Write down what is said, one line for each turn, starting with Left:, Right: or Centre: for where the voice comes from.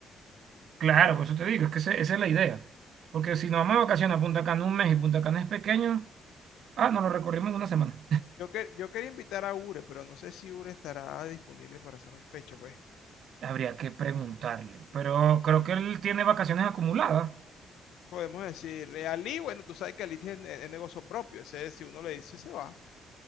Right: Claro, por eso te digo, es que ese- esa es la idea. Porque si nos vamos de vacaciones a Punta Cana un mes y Punta Cana es pequeño, ah, nos lo recorrimos en una semana.
Left: Yo, que- yo quería invitar a Ure, pero no sé si Ure estará disponible para esa fecha, pues.
Right: Habría que preguntarle, pero creo que él tiene vacaciones acumuladas.
Left: Podemos decir, eh, Ali, bueno, tú sabes que Ali tiene es negocio propio, ese si uno le dice se va.